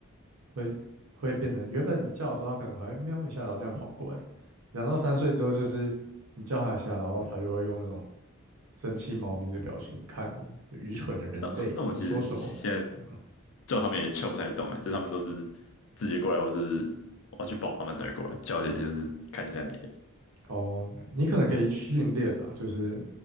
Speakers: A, on the right; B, on the left.
A: 会会变成原本你叫的时候，它可能还会喵一下，然后这样跑过来。两到三岁之后，就是你叫它一下，然后它就会用那种生气猫咪的表情看你，就愚蠢的人类，
B: 那那我其实现在
A: 你说什么？这样
B: 叫他们也叫不太动啊，就是他们都是自己过来，或是我要去抱他们才会过来，叫也就是看一下你，
A: 哦，你可能可以训练啊，就是